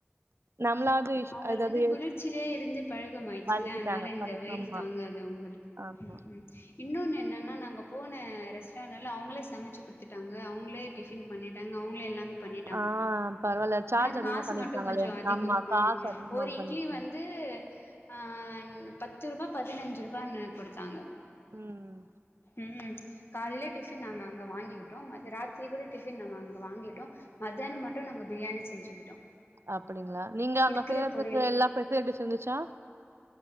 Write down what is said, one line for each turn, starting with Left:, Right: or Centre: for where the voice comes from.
Right: நம்மளாவது இஷ்
Left: அவங்களுக்கு
Right: அதாவது
Left: வந்து குளிர்ச்சிலேயே இருந்து பழகம் ஆயிச்சுல்ல
Right: பழகிட்டாங்க.
Left: அனால இந்த
Right: பழ
Left: வெயில்
Right: ஆமா,
Left: தாங்காது அவங்களுக்கு
Right: ஆமா.
Left: ம் இன்னொன்னு என்னன் னா நாங்க போன ரெஸ்டாரண்ட் அவங்களே சமச்சு கொடுத்துட்டாங்க அவங்களே டிஃபன் பண்ணிட்டாங்க அவங்களே எல்லாமே பண்ணிட்டாங்க
Right: ஆ பரவால்ல. சார்ஜ்
Left: ஆனா
Right: அதிகமா
Left: காசு
Right: பண்ணியிருக்காங்களே!
Left: மட்டு கொஞ்சோ அதிகோ ஆமா
Right: காசு அதிகமா
Left: ஒரு இட்லி
Right: பண்ணியிருக்காங்க.
Left: வந்து ஆன் பத்து ரூபா பதினஞ்சு ரூபான்னு குடுத்தாங்க
Right: ம்
Left: ம் காலைல டிஃபன் நாங்க அங்க வாங்கிக்கிட்டோ ம ராத்திரி கூட டிஃபன் நாங்க அங்க வாங்கிட்டோ மதியான மட்டு நாங்க பிரியாணி செஞ்சுக்கிட்டோ
Right: அப்புடிங்களா நீங்க அங்க
Left: இருக்கிற
Right: செய்யறதுக்கு
Left: பொரியல்
Right: எல்லா ஃபெசிலிட்டிஸ் இருந்துச்சா